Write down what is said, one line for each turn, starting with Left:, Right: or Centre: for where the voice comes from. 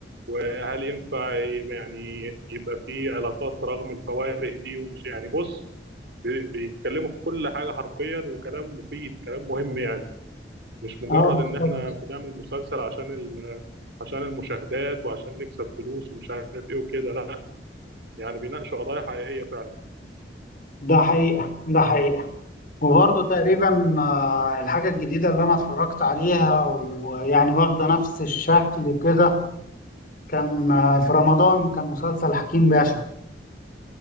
Right: وهل ينفع ي- يعني يبقى في علاقات رغم الفوارق دي ومش يعني بص بي- بيتكلموا في كل حاجه حرفيا وكلام مفيد كلام مهم يعني مش مجرد
Left: اه بالظبط
Right: ان احنا بنعمل مسلسل عشان ال... عشان المشاهدات وعشان نكسب فلوس ومش عارف ايه وكده لا يعني بيناقشوا قضايا حقيقية فعلا
Left: ده حقيقة ده حقيقة وبرضه تقريبا آه، الحاجة الجديدة اللي أنا اتفرجت عليها ويعني واخدة نفس الشكل كده كان آه، في رمضان كان مسلسل حكيم باشا